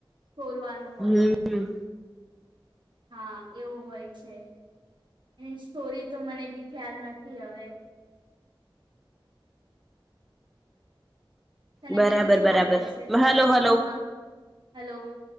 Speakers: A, on the right (about 60°); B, in the centre.
A: તોરવાનું હોય.
B: હમ
A: હા એવું હોય છે. એની સ્ટોરી તો મને બી ખ્યાલ નથી હવે. તને
B: બરાબર
A: બીજું શું
B: બરાબર
A: ખબર છે કરવા
B: હલો
A: ચોથમાં
B: હલો
A: હેલો.